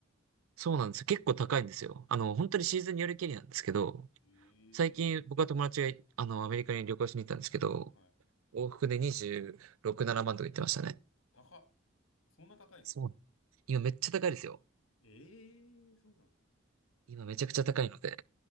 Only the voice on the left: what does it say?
ええ
はい。
高っ。そんな高いんですか
ええそうなんだ。
うーん、